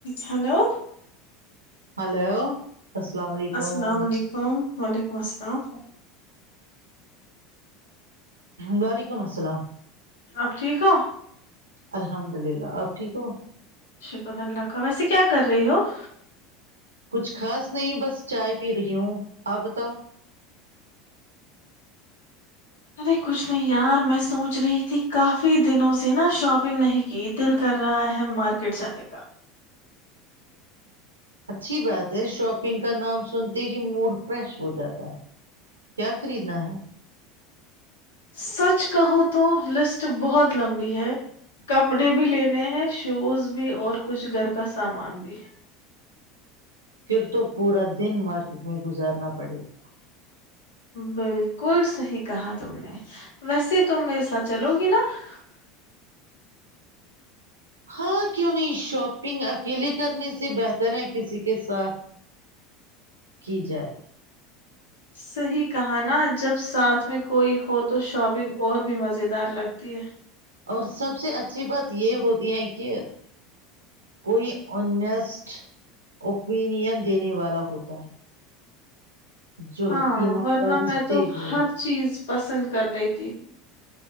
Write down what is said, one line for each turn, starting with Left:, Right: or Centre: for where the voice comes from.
Left: Hello
Right: hello السلام علیکم
Left: السلام علیکم وعلیکم السلام
Right: وعلیکم السلام
Left: اپ ٹھیک ہو
Right: الحمد للہ آپ ٹھیک ہو
Left: شکر اللہ کا ویسے کیا کر رہی ہو <unintelligible>
Right: کچھ خاص نہیں بس چائے پی رہی ہوں آپ بتاؤ
Left: اب کچھ نہیں یار میں سوچ رہی تھی کافی دنوں سے نا شاپنگ نہیں کی دل کر رہا ہے مارکیٹ جانے کا <unintelligible>
Right: اچھی بات ہے شاپنگ کا نام سنتے ہی موڈ فریش ہو جاتا ہے کیا خریدنا ہے
Left: سچ کہوں تو لسٹ بہت لمبی ہے کپڑے بھی لینے ہیں شوز بھی اور کچھ گھر کا سامان بھی
Right: پھر <unintelligible> تو پورا دن مارکیٹ میں گزارنا <unintelligible> بڑے <unintelligible>
Left: بالکل صحی کہا تم نے ویسے ت میرے ساتھ چلو گی نا <unintelligible>
Right: ہاں کیوں نہیں شاپنگ اکیلے کرنے سے بہتر ہے کسی کے ساتھ کی جائے <unintelligible>
Left: صحیح کہانا جب ساتھ میں کوئی ہو تو شاپنگ اور بھی مزیدار لگتی ہے <unintelligible>
Right: اور سب سے اچھی بات یہ ہوتی ہے کہ کوئی اسٹ اوپینین دینے والا ہوتا ہے جو
Left: ہاں
Right: ایمانداری
Left: ورنہ میں
Right: سے
Left: تو
Right: بولو
Left: ہر چیز پسند کر لیتی <unintelligible>